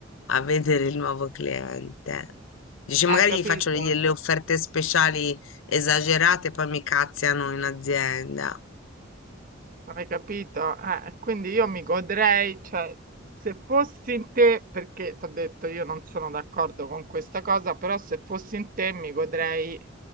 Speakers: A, on the left; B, on the right.
A: a vedere il nuovo cliente. Dice, magari
B: Hai capito?
A: gli faccio delle offerte speciali esagerate e poi mi cazziano in azienda.
B: Hai capito? Eh, quindi io mi godrei, cioè, se fossi in te, perché ti ho detto io non sono d'accordo con questa cosa, però se fossi in te mi godrei